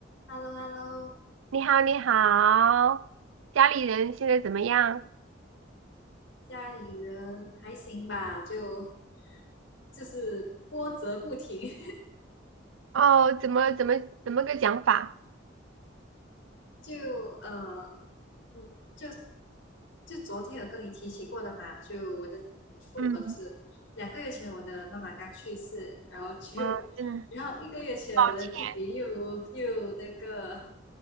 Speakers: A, on the left; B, on the right.
A: h e l l o h e l l o
B: 你好，你好，家里人现在怎么样？
A: 家里人还行吧？就就是波折不停，
B: 哦，怎么怎么怎么个讲法？
A: <laughs> 就呃嗯，就就昨天有跟你提起过的嘛，就我的父呃就是两个月前我的妈妈刚去世，
B: 嗯，
A: 然后就
B: 啊，真的，
A: <laughs> 然后一个月前我的弟弟又又那个
B: 抱歉